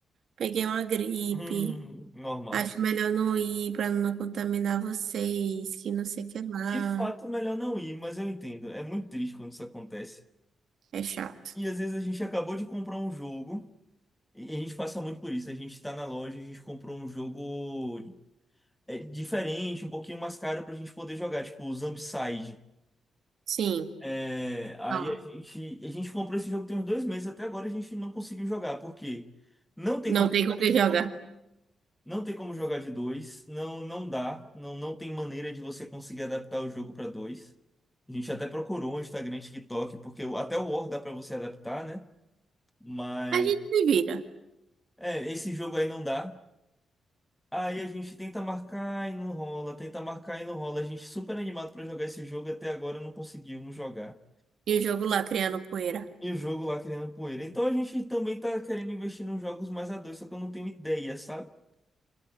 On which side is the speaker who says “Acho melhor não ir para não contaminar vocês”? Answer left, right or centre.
Right